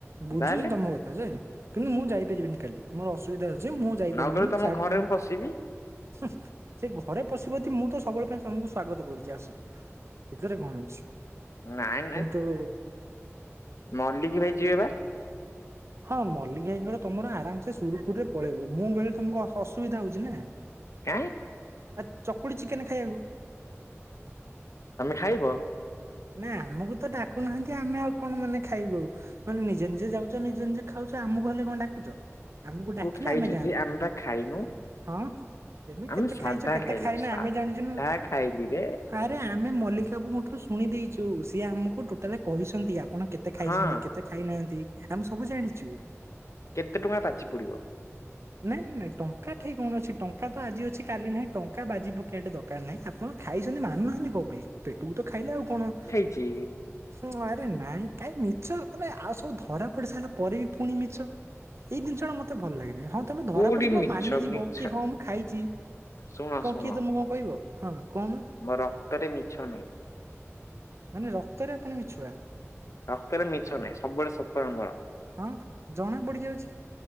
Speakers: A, on the right; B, on the left.
A: ବୁଝୁଛି
B: ତାହେଲେ
A: ତମ କଥା ଯେ କିନ୍ତୁ ମୁଁ ଯାଇପାରିବିନି କାଲି ମୋର ଅସୁବିଧା ଅଛି ମୁଁ ଯାଇପାରିବିନି
B: ନଗଲେ ତମ
A: ମୁ ସାଟ୍
B: ଘରେ ମୁଁ ପଶିବି।
A: ହୁଁ ସେଇ ଘରେ ପଶିବ ଯଦି ମୁଁ ତ ସବୁବେଳେ ପାଇଁ ତମକୁ ସ୍ଵାଗତ କରୁଛି ଆସ୍। ସେଥିରେ କଣ ଅଛି
B: ନାଇଁ ନାଇଁ
A: କିନ୍ତୁ
B: ମଲ୍ଲିକ ଭାଇ ଯିବେ ବା
A: ହଁ ମଲ୍ଲିକ୍ ଭାଇଙ୍କର। ତମର ଆରାମସେ ସୁରୁଖୁରୁରେ ପଳେଇବ ମୁଁ ଗଲେ ତମକୁ ଅ ଅସୁବିଧା ହଉଛି ନା।
B: କାଇଁ
A: ଆ ଚକୁଳି ଚିକେନ ଖାଇବାକୁ
B: ଆମେ ଖାଇବ
A: ନା ଆମକୁ ତ ଡାକୁନାହାନ୍ତି। ଆମେ ଆଉ କଣ ମାନେ ଖାଇବୁ ଆଉ ମାନେ ନିଜେ ନିଜେ ଯାଉଛ ନିଜେ ନିଜେ ଖାଉଛ ଆମକୁ ହେଲେ କଣ ଡାକୁଚ ଆମକୁ ଡାକିଲେ
B: ଖାଇଛୁ
A: ଆମେ ଯାଆନ୍ତୁ
B: ଯେ ବା ଖାଇନୁ
A: ହଁ।
B: ଆମେ
A: କେତେ
B: ସାଧା
A: ଖାଇଛ କେତେ
B: ଖାଇଲୁ
A: ଖାଇନ
B: ସାଧା
A: ଆମେ ଜାଣିଛୁ ନା।
B: ଖାଇଲିରେ
A: ଆରେ ଆମେ ମଲିକ ବାବୁଙ୍କ ଠୁ ଶୁଣି ଦେଇଛୁ ସିଏ ଆମକୁ ଟୋଟାଲେ ଆପଣ କେତେ ଖାଇଛନ୍ତି
B: ହଁ
A: କେତେ ଖାଇନାହାନ୍ତି ଆମେ ସବୁ ଜାଣିଛୁ।
B: କେତେ ଟଙ୍କା ବାଜି ପଡିବ?
A: ନାଇଁ ନାଇଁ ନାଇଁ ଟଙ୍କା ଠିକ କଣ ଅଛି ଟଙ୍କା ତ ଆଜି ଅଛି କାଲି ନାହିଁ ଟଙ୍କା ବାଜି ପକେ ନାାଇଁ ଆପଣ ଖାଇଛନ୍ତି ମାନୁନାହାନ୍ତି କଣ ପାଇଁ, ପେଟକୁ ତ ଖାଇଲେ ତ ଆଉ କଣ
B: କିଏ?
A: ହୁଁ ଆରେ ନାଇଁ କାଇଁ ମିଛ ମାନେ ଆଉ ସବୁ ଧରା ପଡି ସାରିଲା ପରେ ବି ପୁଣି ମିଛ। ଏଇ ଜିନିଷଟଡା ମତେ ଭଲ ଲାଗେନି ହଁ ତମେ ଧରା
B: କୋଉଠି
A: ପଡିକି
B: ମିଛ
A: ମାନିଯିବ
B: ମିଛ
A: କି ହଁ ମୁଁ ଖାଇଚି।
B: ଶୁଣ
A: କ
B: ଶୁଣ
A: କିଏ ତମକୁ କଣ କହିବ ହଁ କ
B: ମୋ ରକ୍ତରେ ମିଛ ନାହିଁ।
A: ମାନେ ରକ୍ତରେ ଆପଣ ମିଛୁଆ।
B: ରକ୍ତରେ ମିଛ ନାହିଁ, ସବୁବେଳେ ସତ ଆମର।
A: ହଁ ଜଣା ପଡି ଯାଉଛି